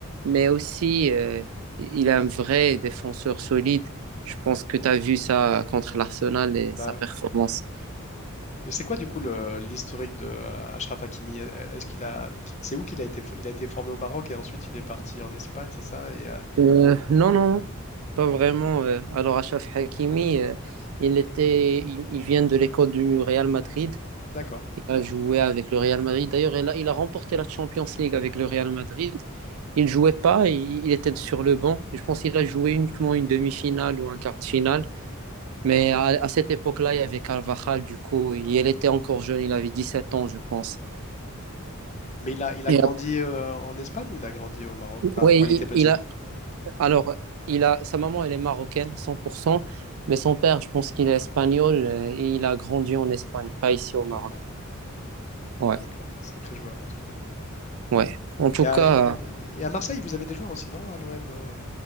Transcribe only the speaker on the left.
Bah,
et c'est quoi du coup le- l'historique de euh, Achraf Hakimi? E- Est-ce qu'il a, c'est où qu'il a été, f- il a été formé au Maroc et ensuite il est parti en Espagne, c'est ça? Et, euh,
au-
D'accord.
Mais il a, il a
grandi
euh, en Espagne ou il a grandi au Maroc? Enfin,
quand il était petit.
D'accord,
d'accord. Sacré joueur en tout cas.
Et à,
et
à Marseille, vous avez des joueurs aussi, non? À l'OM. euh,